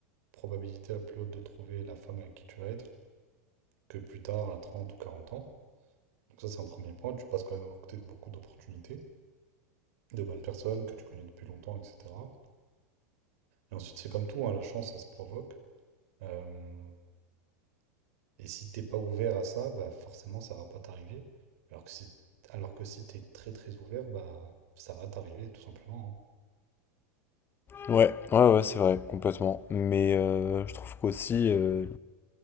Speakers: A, on the right (about 70°); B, on the left (about 25°).
A: probabilité la plus haute de trouver la femme avec qui tu vas être que plus tard, à 30 ou 40 ans. Donc ça, c'est un premier point. Tu passes quand même à côté de beaucoup d'opportunités, de bonnes personnes que tu connais depuis longtemps, etc. Et ensuite, c'est comme tout, hein, la chance, ça se provoque. Euh, et si t'es pas ouvert à ça, bah forcément, ça va pas t'arriver. Alors que si, alors que si t'es très très ouvert, bah ça va t'arriver, tout simplement. hein.
B: Ouais, ouais, ouais, c'est vrai, complètement. Mais euh, je trouve qu'aussi, euh,